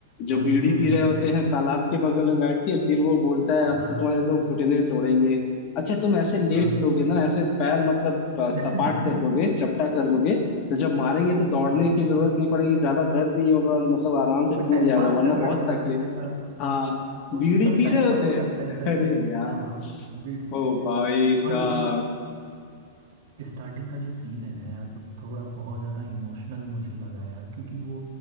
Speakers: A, on the left (about 30°); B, on the right (about 60°).
A: जो
B: वही
A: बीड़ी
B: दो लड़के
A: पी रहे होते
B: होते
A: हैं
B: हैं
A: तालाब के बगल में बैठ के फिर वो बोलता है अब
B: हाँ
A: तो तुम्हारे दो घुटने तोड़ेंगे अच्छा तुम ऐसे लेट
B: हाँ
A: लोगे ना ऐसे पैर मतलब अ,
B: <laughs>
A: सपाट कर दोगे चपटा कर दोगे तो जब मारेंगे तो दौड़ने
B: हाँ
A: की जरूरत नहीं पड़ेगी ज्यादा दर्द नहीं होगा और मतलब आराम से
B: वो
A: टूट
B: टाइम
A: जाएगा
B: पास
A: वरना
B: कर रहे
A: बहुत
B: होते
A: तकलीफ
B: हैं उसके साथ
A: हाँ
B: वो
A: बीड़ी
B: उसके साथ
A: पी
B: टाइम
A: रहे होते
B: पास
A: हैं
B: करते हैं
A: <laughs>
B: पहले
A: अरे यार
B: हाँ हाँ बीड़
A: ओ भाई साहब
B: और लेकिन स्टार्टिंग का जो सीन है ना यार वो थोड़ा बहुत ज़्यादा इमोशनल मुझे लगा यार क्योंकि वो